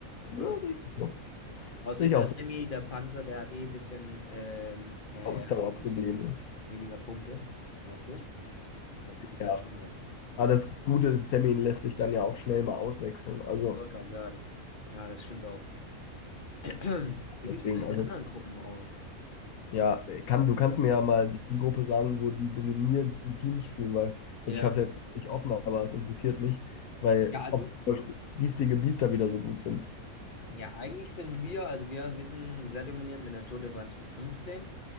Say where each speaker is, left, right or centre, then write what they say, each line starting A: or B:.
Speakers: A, on the left; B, on the left.
A: ja,
B: oder?
A: sehe ich auch so.
B: Außerdem
A: Sehe ich
B: der
A: auch
B: Sammy,
A: so.
B: der Panzer, der hat eh ein bisschen, ähm, äh,
A: Ausdauerprobleme.
B: hat eh ein bisschen weniger Pumpe, weißt du? Da geht es
A: Ja.
B: dann schon mal.
A: Aber das Gute ist, Sammy lässt sich dann ja auch schnell mal auswechseln. Also,
B: Ich wollte gerade sagen. Ja, das stimmt auch. <clears throat> Wie
A: deswegen,
B: sieht es denn in
A: also,
B: den anderen Gruppen aus?
A: ja, kann, du kannst mir ja mal die Gruppe sagen, wo die dominierendsten Teams spielen, weil, also
B: Ja.
A: ich habe es jetzt nicht offen, aber es interessiert mich, weil,
B: Ja, also,
A: ob zum Beispiel biestige Biester wieder so gut sind.
B: ja, eigentlich sind wir, also wir, wir sind sehr dominierend mit einer Tordifferenz von 15,